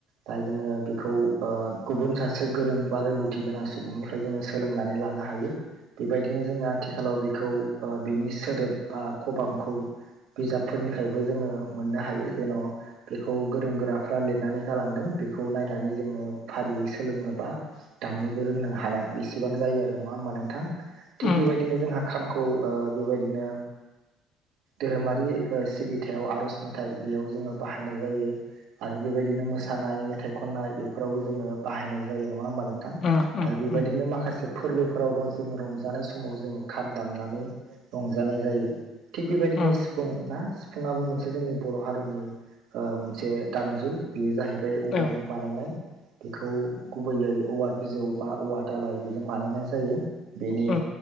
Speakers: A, on the right; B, on the left.
A: दा जोङो बेखौ गुबुन सासे गोरों बा रोंगौथि गोनां सुबुंनिफ्राय जोङो सोलोंनानै लानो हायो बेबायदिनो जोङो आथिखालाव बेखौ बिनि सोदोब बा खबामखौ बिजाबफोरनिफ्रायबो जोङो मोननो हायो जेन' बेखौ गोरों गोराफ्रा लिरनानै गालांदों बेखौ नायनानै जोङो फारियै सोलोङोबा दामनोबो रोंनो हानाय बेसेबां जायो आरो नङा होमबा नोंथां
B: उम
A: थिग बेबायदिनो जोंहा खामखौ बेबायदिनो धोरोमारि सिबि थायाव आर'ज मेथाइ बेयाव जोङो बाहायनाय जायो आरो बेबायदिनो मोसानाय मेथाइ खननाय बेफोरावबो जोङो बाहायनाय जायो नङा होमबा नों थां
B: उम
A: आरो बेबायदिनो
B: उम
A: माखासे फोरबोफोराव जोङो रंजानाय समाव जोङो खाम दामनानै रंजानाय जायो थिग बेबायदिनो
B: उम
A: सिफुं ना सिफुङाबो मोनसे जोंनि बर' हारिनि मोनसे दामजु बेयो जाहैबाय औवाजों
B: औ
A: बानायनाय बेखौ गुबैयै औवा बिजौ बा औवा दालाय बेजों बानायनाय जायो। बेनि
B: औ